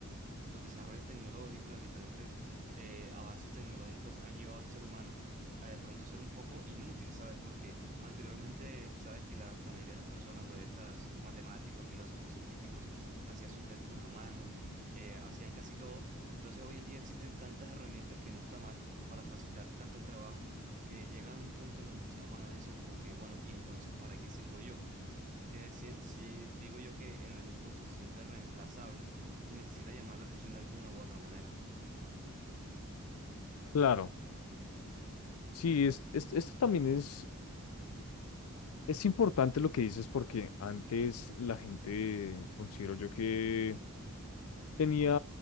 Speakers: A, on the right (about 35°); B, on the left (about 75°).
A: los desarrollos tecnológicos, los diferentes eh, avances tecnológicos han llevado al ser humano a de pronto ser un poco inútil, ¿sabes? Porque anteriormente, sabes que la, la mayoría de las personas o de estas matemáticos, filósofos, científicos, hacían sus cálculos a mano, eh, hacían casi todo. Entonces hoy en día existen tantas herramientas que no está mal para facilitar tanto el trabajo. que llegan a un punto en donde el ser humano dice como que, bueno, ¿y entonces para qué sirvo yo? Sí, eh, sí- sí, digo yo que en algún punto se siente reemplazable y necesita llamar la atención de alguna u otra manera.
B: Claro, sí, es, es- esto también es, es importante lo que dices porque antes la gente, considero yo que tenía